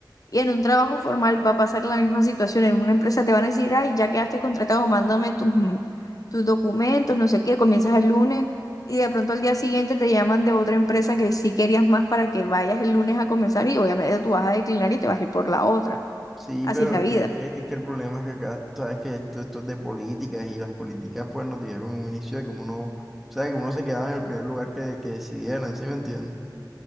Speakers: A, on the left; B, in the centre.
A: Y en un trabajo formal va a pasar la misma situación. En una empresa te van a decir, ay, ya quedaste contratado, mándame tus, mm, tus documentos, no sé qué, comienzas el lunes y de pronto al día siguiente te llaman de otra empresa que sí querías más para que vayas el lunes a comenzar y obviamente tú vas a declinar y te vas a ir por la otra.
B: Sí,
A: Así
B: pero
A: es la
B: es
A: vida.
B: que, es es que el problema es que acá, tú sabes que esto, esto es de políticas y las políticas pues nos dijeron en un inicio de que uno, no, o sea, que uno se quedaba en el primer lugar que, que decidieran, ¿sí me entiendes?